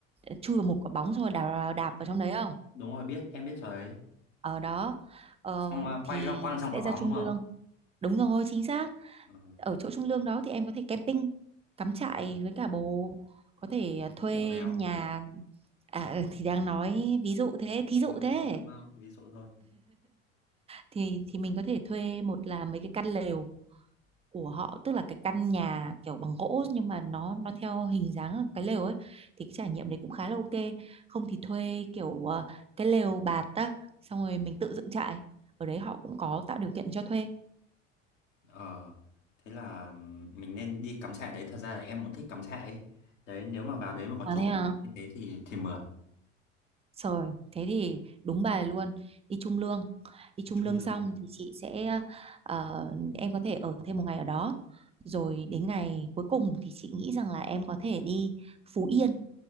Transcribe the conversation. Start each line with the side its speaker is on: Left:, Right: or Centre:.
Right: ờ, chui vào một quả bóng rồi đạp, đạp vào trong đấy không
Left: Đúng rồi, biết, em biết trò đấy.
Right: ở đó ờ,
Left: Xong à,
Right: thì
Left: quay loanh quanh trong quả
Right: sẽ
Left: bóng
Right: ra Trung
Left: đúng không?
Right: Lương đúng rồi chính xác
Left: Ờ.
Right: ở chỗ Trung Lương đó thì em có thể camping cắm trại
Left: Ờ.
Right: với cả bồ có thể ờ, thuê
Left: Bộ nào?
Right: nhà à, ừ, thì đang nói ví dụ thế thí dụ
Left: Ờ, ví
Right: thế
Left: dụ thôi đúng không? Ví dụ thôi.
Right: thì thì mình có thể thuê một là mấy cái căn lều của họ tức là cái căn nhà kiểu bằng gỗ nhưng mà nó nó theo hình dáng cái lều ấy thì cái trải nghiệm đấy cũng khá là ok không thì thuê kiểu ờ, cái lều bạt á xong rồi mình tự dựng trại ở đấy họ cũng có tạo điều kiện cho thuê
Left: Ờ, thế là ừm, mình nên đi cắm trại đấy. Thật ra là em cũng thích cắm trại ấy. Đấy, nếu mà vào đấy mà có
Right: À
Left: chỗ
Right: thế à?
Left: cắm trại như thế thì thì mượt.
Right: rồi thế thì đúng bài luôn đi trung lương đi trung
Left: Trung
Right: lương
Left: Lương
Right: xong thì chị sẽ ờ, em có thể ở thêm một ngày ở đó rồi đến ngày cuối cùng thì chị nghĩ rằng là em có thể đi Phú Yên